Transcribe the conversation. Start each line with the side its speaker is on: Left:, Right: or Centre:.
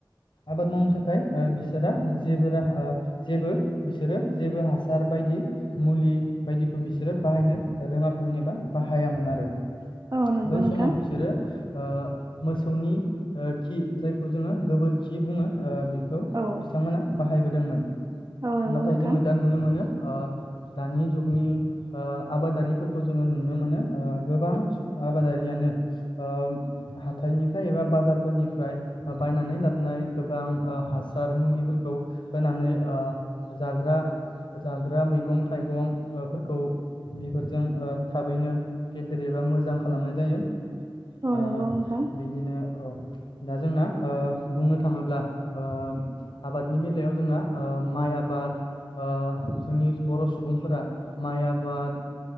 Left: आबाद मावनो थाख खाय बिसोरा जेबो राहा जेबो बिसोरो जेबो हासार बायदि मुलि बायदिखौ बिसोरो बाहायनो रोङाखैमोन एबा बाहायामोन आरो।
Right: औ नंगौ
Left: बै
Right: नोंथां।
Left: समाव बिसोरो ओ मोसौनि खि जायखौ जोङो गोबोरखि बुङो ओ बे खौ
Right: औ।
Left: बिथांमोना बाहायबोदोंमोन।
Right: औ नंगौ
Left: नाथाय
Right: नोंथां
Left: जोङो दा नुनो मोनो ओ दानि जुगनि ओ आबादारिफोरखौ जोङो नुनो ओ मोनो गोबां आबादारियानो ओ हाथाइनिफ्राय एबा बाजारफोरनिफ्राय बायनानै लाबोनाय गोबां ओ हासार मुलिफोरखौ होनानै ओ जाग्रा जाग्रा मैगं थाइगं ओ फोरखौ बेफोरजों ओ थाबैनो गेदेर एबा मोजां खालामनाय जायो। ओ
Right: औ नंगौ नोंथां
Left: बिदिनो औ दा जोंना ओ बुंनो थाङोब्ला ओ आबादनि बेलायाव जोंना ओ माइ आबाद ओ जोंनि बर' सुबुंफोरा माइ आबाद